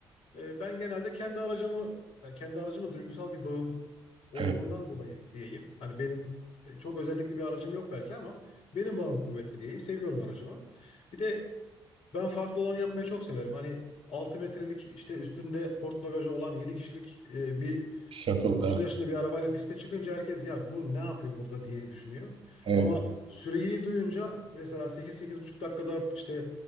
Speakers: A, on the left; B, on the right.
A: e, ben genelde kendi aracımı ya kendi aracımla duygusal bir bağım olduğundan
B: Evet.
A: dolayı diyeyim. Hani benim e, çok özellikli bir aracım yok belki ama benim bağım kuvvetli diyeyim. Seviyorum aracımı. Bir de ben farklı olanı yapmayı çok severim. Hani 6 metrelik işte üstünde port bagajı olan 7 kişilik e, bir
B: Shuttle'da.
A: e, 30 yaşında bir arabayla piste çıkınca herkes ya bu ne yapıyor burada diye düşünüyor.
B: Evet.
A: Ama süreyi duyunca mesela 8 buçuk dakikada işte